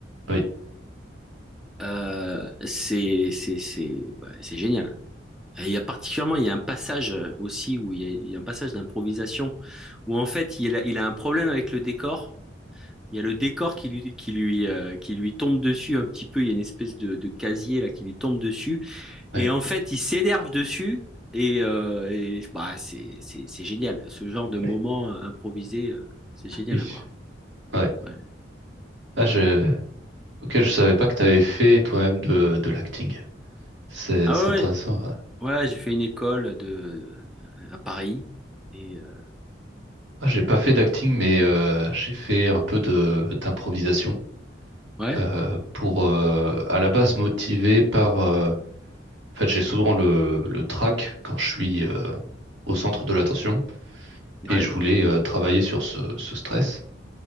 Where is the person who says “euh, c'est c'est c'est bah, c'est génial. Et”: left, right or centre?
Centre